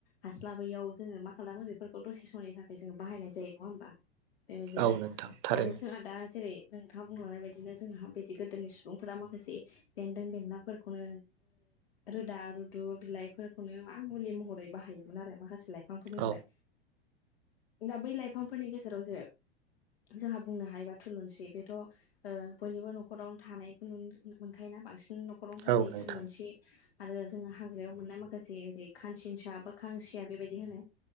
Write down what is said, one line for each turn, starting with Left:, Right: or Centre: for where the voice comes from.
Left: हास्लाबैयाव जोङो मा खालामो बेफोरखौ दसे समनि थाखाय जोङो बाहायनाय। जायो नङा हबा बेबायदि
Right: औ
Left: आरो
Right: नोंथां थारैनो
Left: आरो जोंहा दा जेरै। नोंथाङा बुंलांनाय बायदिनो जोंहा बिदि गोदोनि सुबुंफोरा माखासे। बेन्दों-बेन्लाफोरखौनो रोदा रुदु बिलाइफोरखौनो मा मुलि महरै बाहायो। मोन आरो माखासे लाइफांफोरनिफ्राय।
Right: औ
Left: दा बै लाइफांफोरनि गेजेराव जे जोंहा बुंनो हायोबा थुलुंसि बेथ' ओ बयनिबो न'खरावनो थानायखौ नुनो मोनखायोना बांसिन न'खरावनो थाखायो
Right: औ नोंथां
Left: थुलुंसि आरो जोङो हाग्रायाव मोननाय माखासे ओरै खानसिनसा बा खांसिया बेबायदि होनो